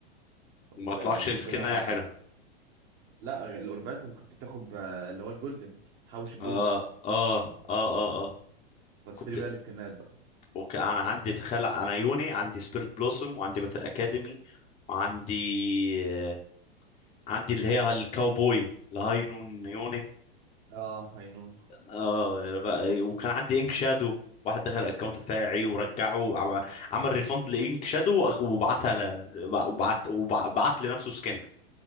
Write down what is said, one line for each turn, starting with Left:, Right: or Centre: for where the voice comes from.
Right: كنت
Left: وما طلعكش
Right: أجيب
Left: سكنها
Right: منها
Left: حلوه
Right: لا الأوربات ممكن كنت بتاخد آه، اللي هو الجولدن تحوش الجولد
Left: اه اه اه اه اه
Right: هتشتري
Left: كنت
Right: بقى السكنات بقى
Left: وك... انا عندي تخلع انا يوني عندي سبيرت بلوسوم وعندي باتل اكاديمي وعندي آه، عندي اللي هي الكاوبوي الهاي نون يوني
Right: اه هينون
Left: اه يا بقى وكان عندي انك شادو واحد دخل الاكونت بتاعي ورجعه عم- عمل ريفند لانك شادو وأخ- وبعتها ل... وبعت وبعت لنفسه سكن